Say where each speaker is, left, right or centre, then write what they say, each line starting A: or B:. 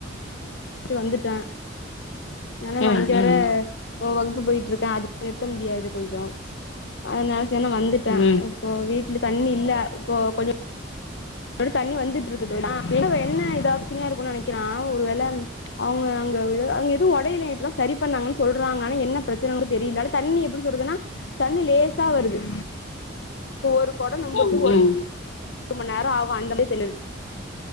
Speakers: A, on the left; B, on the left.
A: <inaudible> வந்துட்டன் ஏனா நா
B: ம்
A: இங்க வேற
B: ம்
A: ஓ வகுப்பு போயிட்டு இருக்க அது நிறுத்த முடியாது கொஞ்சோ அதுனால செர்னு வந்துட்டே
B: ம்
A: இப்போ வீட்ல தண்ணி இல்ல இப்போ கொஞ்சு கொடொ தண்ணி வந்துட்டு இருக்குதுனா வேற என்ன இதாச்சினு நெனைக்கிறான் ஒரு வேள அவுங்க அங்க அங்கே எதுவு ஒடையலே இப்பதா சரி பண்ணாங்கன்னு சொல்றாங்க ஆனா என்ன பிரச்சனன் தெரில தண்ணி எப்டி சொல்றதுன்னா தண்ணி லேசா வருது இப்ப ஒரு கொடோ நெம்பறது
B: ம்
A: ஒரு
B: ம்
A: ஒரு மண்நேரோ ஆகு அந்த மாரி தெர்து